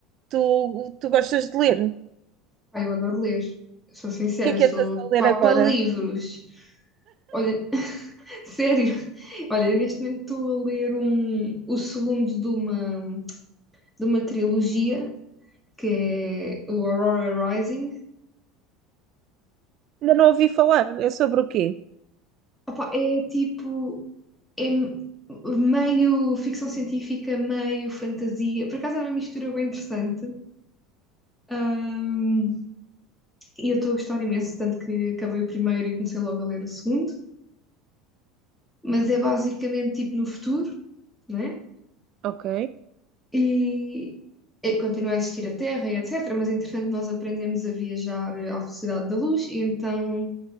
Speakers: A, on the right; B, in the centre.
A: Tu, tu gostas de ler? O
B: Pá, eu adoro ler. Eu sou sincera,
A: que é que
B: sou
A: andas a ler
B: papa
A: agora?
B: livros. Olha, <laughs> sério. Olha, eu neste momento estou a ler um, o segundo de uma, de uma trilogia, que é o Aurora Rising.
A: Ainda não ouvi falar. É sobre o quê?
B: Opá, é tipo, é m- meio ficção científica, meio fantasia. Por acaso é uma mistura bem interessante. Ah, e eu estou a gostar imenso, tanto que acabei o primeiro e comecei logo a ler o segundo. mas é basicamente tipo no futuro, não é?
A: Ok.
B: E eh, continua a existir a Terra e etc. Mas entretanto nós aprendemos a viajar eh, à velocidade da luz e então